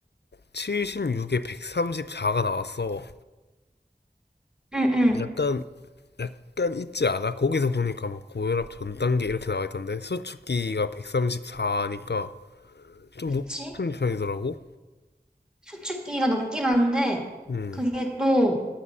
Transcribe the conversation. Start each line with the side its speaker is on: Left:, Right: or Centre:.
Left: 76에 134가 나왔어.
Centre: 응응
Left: 약간 약간 있지 않아? 거기서 보니까 뭐 고혈압 전 단계 이렇게 나와 있던데 수축기가 134니까 좀
Centre: 그치
Left: 높은 편이더라고.
Centre: 수축기가 높긴 한데
Left: 음.
Centre: 그게 또